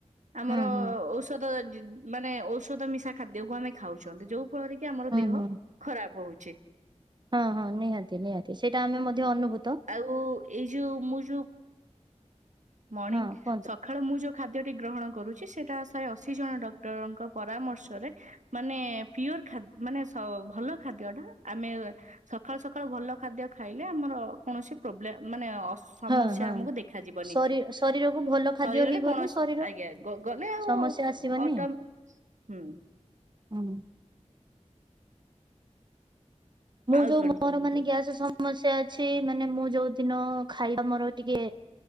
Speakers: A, on the right; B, on the right.
A: ଆମର
B: ହୁଁ ହୁଁ
A: ଓଷଧ ଔଷଧ ମାନେ ଔଷଧ ମିଶା ଖାଦ୍ୟକୁ ଆମେ ଖାଉଛନ୍ତି ଯୋଉ କରିକି ଆମର
B: ହୁଁ
A: ଦେହ
B: ହୁଁ।
A: ଖରାପ ହଉଛି।
B: ହଁ ହଁ ନିହାତି ନିହାତି ସେଇଟା ଆମେ ମଧ୍ୟ ଅନୁଭୂତି
A: ଆଉ ଏଇ ଯୋଉ ମୁଁ ଯୋଉ ମଣିଂ
B: ହଁ
A: ଶ୍
B: କୁହନ୍ତୁ।
A: ସକାଳୁ ମୁଁ ଯୋଉ ଖାଦ୍ୟଟି ଗ୍ରହଣ କରୁଛି ସେଇଟା ଶହେ ଅଶୀ ଜଣ ଡକ୍ଟରଙ୍କ ପରାମର୍ଶରେ ମାନେ ପିଓର ମାନେ ଭଲ ଖାଦ୍ୟ ଟା ଆମେ ସକାଳୁ ସକାଳୁ ଭଲ ଖାଦ୍ୟ ଖାଇଲେ ଆମର କୌଣସି ପ୍ରୋବ୍ଲେ ମାନେ ସମସ୍ୟା
B: ହଁ ହଁ
A: ଆମକୁ ଦେଖାଯିବନି
B: ଶରୀ ଶରୀରକୁ ଭଲ ଖାଦ୍ୟ
A: ଶରୀରରେ
B: ହେଇଗଲେ
A: କୌଣସି
B: ଶରୀର
A: ଆଜ୍ଞା ଗଲେ ଆଉ
B: ସମସ୍ୟା ଆସିବନି
A: ଅଟୋ ହୁଁ।
B: ହୁଁ। ମୁଁ
A: ଆଉ
B: ଯୋଉ
A: କଣ
B: ମୋର
A: କୁହନ୍ତୁ?
B: ମାନେ ଗ୍ୟାସ ସ ସମସ୍ୟା ଅଛି ମାନେ ମୁଁ ଯୋଉ ଦିନ ଖାଇବା ମୋର ଟିକେ